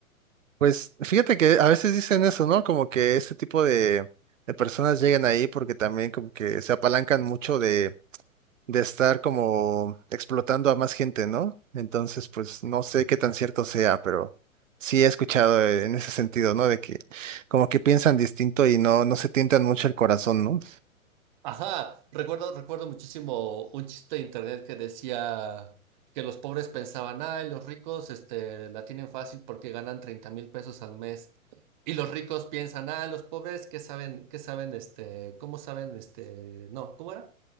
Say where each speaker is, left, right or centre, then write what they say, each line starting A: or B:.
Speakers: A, on the right (about 60°); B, on the right (about 35°).
A: Pues fíjate que a veces dicen eso, ¿no? Como que este tipo de, de personas llegan ahí porque también como que se apalancan mucho de, de estar como explotando a más gente, ¿no? Entonces, pues no sé qué tan cierto sea, pero sí he escuchado eh, en ese sentido, ¿no? De que como que piensan distinto y no, no se tientan mucho el corazón, ¿no?
B: Ajá, recuerdo, recuerdo muchísimo un chiste de internet que decía que los pobres pensaban, ay, los ricos este, la tienen fácil porque ganan treinta mil pesos al mes. Y los ricos piensan, ah, los pobres, ¿qué saben? ¿Qué saben? Este, ¿cómo saben? Este, no, ¿cómo era?